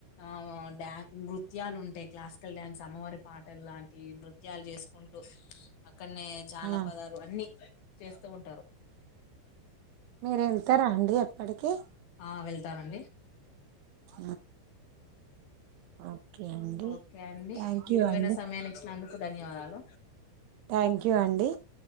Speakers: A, on the left (about 60°); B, on the right (about 75°).
A: ఆ ఆ డ్యాంకురు నృత్యాలు ఉంటయ్ క్లాసికల్ డ్యాన్స్ అమ్మవారి పాటలు లాంటి నృత్యాలు చేసుకుంటూ ఇక్కన్నే జానపదాలు
B: ఆ
A: అన్ని చేస్తూ ఉంటారు.
B: మీరు వెళ్తారా అండి అక్కడికి
A: ఆ వెళ్తానండి
B: ఆ ఓకే అండి
A: ఓకే అండి
B: థ్యాంక్
A: మీ
B: యూ
A: విలువైన
B: అండి
A: సమయాన్ని ఇచ్చినందుకు ధన్యవాదాలు
B: థ్యాంక్యూ అండి